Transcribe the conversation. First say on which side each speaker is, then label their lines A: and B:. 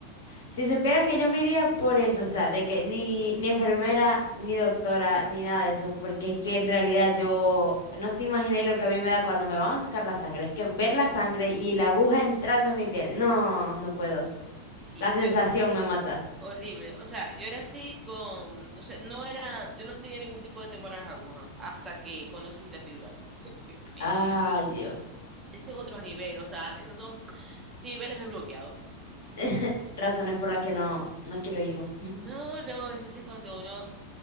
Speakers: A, on the left; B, on the right.
A: Si supieras que yo me iría por eso, o sea, de que ni, ni enfermera, ni doctora, ni nada de eso, porque es que en realidad yo no te imaginé lo que a mí me da cuando me van a sacar la sangre. Es que ver la
B: Mm,
A: sangre y la aguja entrando en mi piel, no, no puedo.
B: Sí,
A: La sensación
B: yo.
A: me mata.
B: Horrible. O sea, yo era así con, o sea, no era, yo no tenía ningún tipo de temor a las agujas hasta que conocí la epidural. <laughs> Ay, Dios mío.
A: Ay, Dios.
B: Ese es otro nivel, o sea, esos son niveles desbloqueados.
A: <laughs> Razones por las que no, no quiero hijos.
B: No, no, entonces cuando uno